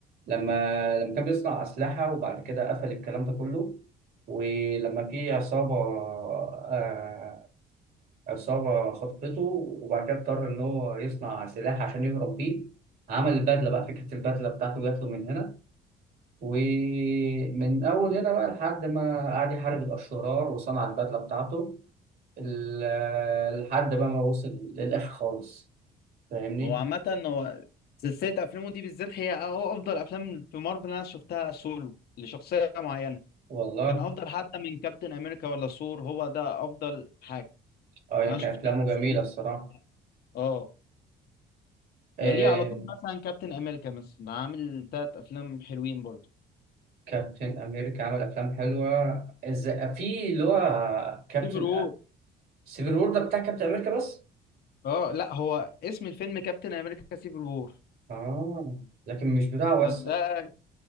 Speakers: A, on the right; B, on the left.
A: لما لما كان بيصنع اسلحه وبعد كده قفل الكلام ده كله ولما في عصابه آه... عصابه خطفته وبعد كده اضطر ان هو يصنع سلاح عشان يهرب بيه عمل البدله بقى فكره البدله بتاعته جات له من هنا ومن أول هنا بقى لحد ما قعد يحارب الأشرار وصنع البدلة بتاعته ال- لحد بقى ما وصل للآخر خالص فاهمني؟
B: هو عامة هو سلسلة أفلامه دي بالذات هي أ- أفضل أفلام في مارفل أنا شفتها سولو لشخصية معينة
A: والله
B: كان أفضل حتى من كابتن أمريكا ولا ثور هو ده أفضل حاجة
A: أه هي
B: أنا
A: كان
B: شفتها
A: أفلامه جميلة
B: سلسلة
A: الصراحة
B: أفلام. أه
A: إيه
B: يليه على طول مثلا كابتن أمريكا مثلا عامل تلات أفلام حلوين برضه
A: كابتن أمريكا عمل أفلام حلوة إزاي في اللي هو كابتن
B: سيفل وور
A: سيفل وور ده بتاع كابتن أمريكا بس؟
B: أه لا هو اسم الفيلم كابتن أمريكا سيفل وور
A: آه لكن مش بتاع وسع
B: ده